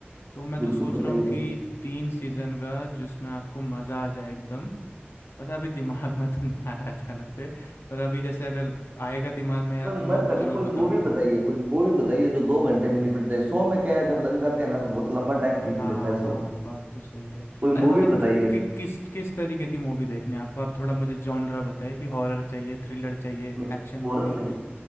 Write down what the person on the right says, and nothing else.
बिल्कुल
बताइए
कोई
कोई मैं
तो कहता
हूँ कोई
मूवी बताइए कोई मूवी बताइए जो दो घंटे में निपट जाए शो में क्या है जब लग जाते हैं ना तो बहुत लंबा टाइम
खींच लेता है
शो
कोई मूवी
बताइए
नहीं
हॉरर नहीं